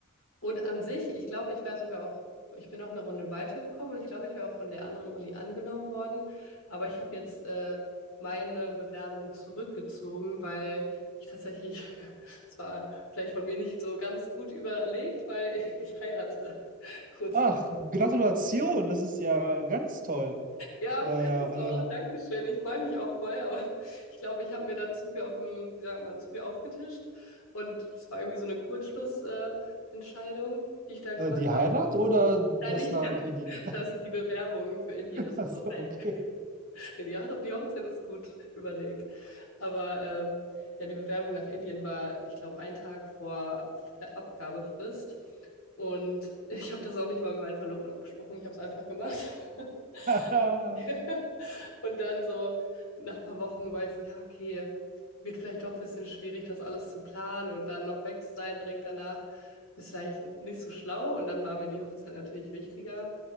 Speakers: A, on the left (about 70°); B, on the right (about 40°).
A: Und an sich, ich glaube, ich wäre sogar auch, ich bin auch eine Runde weitergekommen und ich glaube, ich wäre auch von der anderen Uni angenommen worden. Aber ich habe jetzt äh, meine Bewerbung zurückgezogen, weil ich tatsächlich, <laughs> es war vielleicht von mir nicht so ganz gut überlegt, weil ich heirate <laughs> kurz
B: Ach,
A: davor.
B: Gratulation, das ist ja ganz toll.
A: Ja,
B: Naja,
A: ist es auch. Dankeschön. Ich freue mich auch voll, aber <laughs> ich glaube, ich habe mir da zu viel auf dem, wie sagt man, zu viel aufgetischt. Und es war irgendwie so eine Kurzschlussentscheidung, äh, Entscheidung, die ich da gemacht
B: äh, äh, die Heirat
A: habe.
B: oder das
A: Nein, nicht,
B: nach
A: <laughs>
B: Indien?
A: das sind die Bewerbungen für Indien.
B: <laughs>
A: Das
B: Achso,
A: war so ein,
B: okay.
A: <laughs> die, Jahre- die Hochzeit ist gut überlegt. Aber ähm, ja, die Bewerbung nach Indien war, ich glaube, ein Tag vor F- äh, Abgabefrist. Und <laughs> ich habe das auch nicht mal mit meinen Verlobten abgesprochen. Ich habe es einfach gemacht. <laughs>
B: <laughs>
A: Ja. <laughs> Und dann so nach ein paar Wochen war ich so, ja, okay, wird vielleicht doch ein bisschen schwierig, das alles zu planen und dann noch weg zu sein direkt danach, ist vielleicht nicht so schlau. Und dann war mir die Hochzeit natürlich wichtiger.